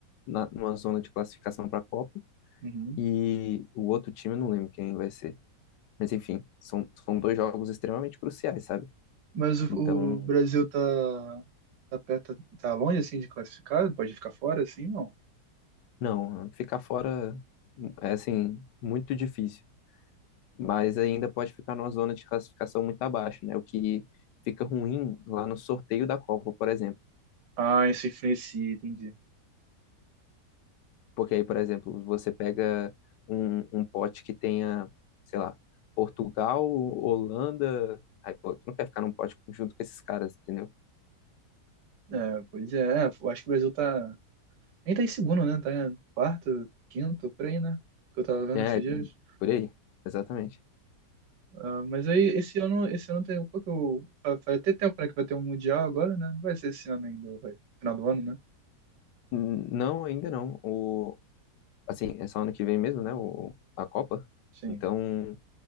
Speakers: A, on the left; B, on the right.
A: na, numa zona de classificação para a Copa
B: Uhum.
A: e o outro time, eu não lembro quem vai ser. Mas, enfim, são, são dois jogos extremamente cruciais, sabe?
B: Mas o,
A: Então,
B: o Brasil tá, tá perto, tá longe assim de classificar? Pode ficar fora assim, não?
A: não, ficar fora é, assim, muito difícil. mas ainda pode ficar numa zona de classificação muito abaixo, né? O que fica ruim lá no sorteio da Copa, por exemplo.
B: Ah, isso influencia, entendi.
A: Porque aí, por exemplo, você pega um, um pote que tenha, sei lá, Portugal, Holanda. Aí, pô, tu não quer ficar num pote junto com esses caras, entendeu?
B: É, pois é, é, eu acho que o Brasil tá. Nem tá em segundo, né? Tá em quarto, quinto, por aí, né? Que eu tava vendo
A: É,
B: esses dias.
A: por aí, exatamente.
B: Ah, mas aí esse ano, esse ano tem. Qual que eu, vai vai ter tempo, né? Que vai ter um Mundial agora, né? Não vai ser esse ano ainda, vai. Final do ano, né?
A: N- Não, ainda não. O, assim, é só ano que vem mesmo, né? O, a Copa.
B: Sim.
A: Então,